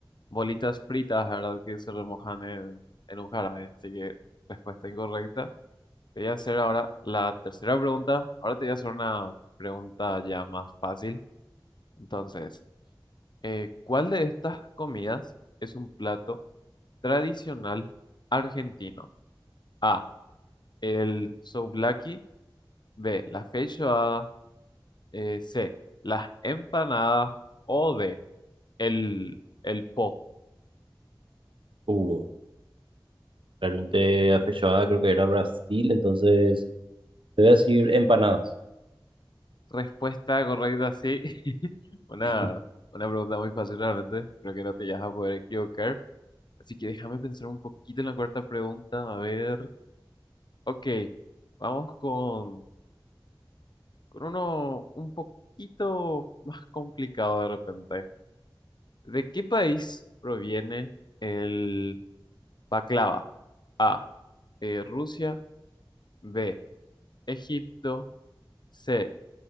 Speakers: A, on the left; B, on the right.
A: bolitas fritas, ¿verdad? Que se remojan en, en un jarabe. Así que respuesta incorrecta. Te voy a hacer ahora la tercera pregunta. Ahora te voy a hacer una pregunta ya más fácil. Entonces, eh, ¿cuál de estas comidas es un plato tradicional argentino? A, el souvlaki. B, la feijoada. eh, C, las empanadas. O D, El, el po.
B: uh, realmente afechada creo que era Brasil. Entonces, te voy a decir empanadas.
A: Respuesta correcta, sí. <laughs> Una,
B: <laughs>
A: una pregunta muy fácil realmente. Creo que no te vas a poder equivocar. Así que déjame pensar un poquito en la cuarta pregunta. A ver. Ok, vamos con, con uno un poquito más complicado de repente. ¿De qué país proviene el baklava? A. eh, Rusia. B. Egipto. C.